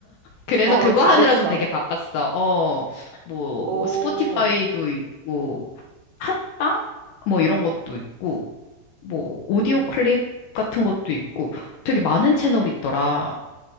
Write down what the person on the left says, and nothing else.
그래서
그거
하느라 좀 되게 바빴어. 어, 뭐,
스포티파이도 있고, 팟빵? 뭐 이런 것도 있고, 뭐, 오디오
클립 같은 것도 있고, 되게 많은 채널이 있더라.